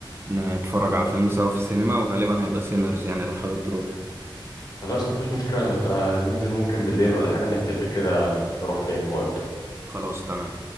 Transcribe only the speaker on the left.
خلاص مفيش مشكلة نبقى ننزل ممكن بالليل ولا حاجة نتفق كده نروح فين وامتى